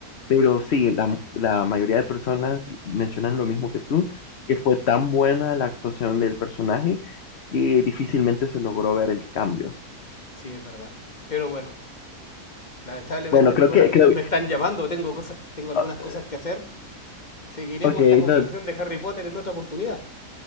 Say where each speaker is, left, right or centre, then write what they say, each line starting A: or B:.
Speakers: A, on the left (about 50°); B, on the left (about 30°).
A: pero sí, la, m- la mayoría de personas mencionan lo mismo que tú, que fue tan buena la actuación del personaje que difícilmente se logró ver el cambio.
B: Sí, es verdad. Pero bueno, Lamentablemente,
A: Bueno,
B: amigos,
A: creo que,
B: me,
A: creo,
B: me están llamando, tengo cosas, tengo algunas
A: o-
B: cosas que hacer. Seguiremos
A: ok,
B: esta conversación
A: no,
B: de Harry Potter en otra oportunidad.